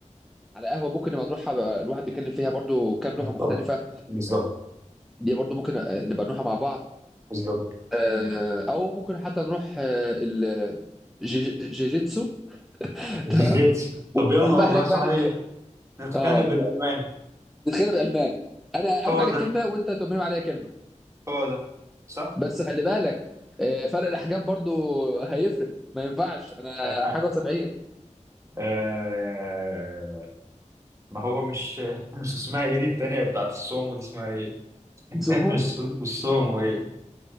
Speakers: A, in the centre; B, on the right.
A: على قهوه ممكن نبقى نروحها بقى الواحد بيتكلم فيها برضو كام
B: بالظبط
A: لغه مختلفه
B: بالظبط
A: دي برضو ممكن آه، نبقى نروحها مع بعض
B: بالظبط
A: آه، او ممكن حتى نروح آه، ال- جي- جيجيتسو <laughs>
B: <laughs>
A: تمام ونروح
B: طب يلا
A: بقى
B: والله
A: هناك
B: صحيح
A: بقى نتخ...
B: نتخانق
A: اه
B: بالالماني
A: نتخانق بالالمان انا ارمي
B: هو
A: عليك
B: ده
A: كلمه وانت ترمي عليا كلمه
B: هو ده صح
A: بس خلي بالك آه، فرق الاحجام برضو هيفرق ما ينفعش انا
B: <laughs>
A: حاجه و70
B: آه ما هو مش <laughs> مش اسمها ايه دي التانية بتاعت السومو دي اسمها ايه؟ <laughs>
A: سمو
B: مش مش سومو ايه؟